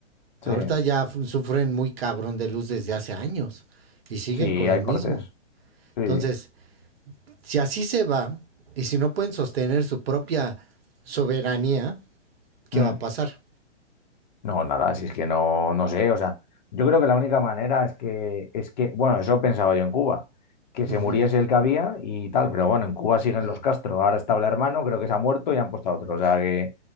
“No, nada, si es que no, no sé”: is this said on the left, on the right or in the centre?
Left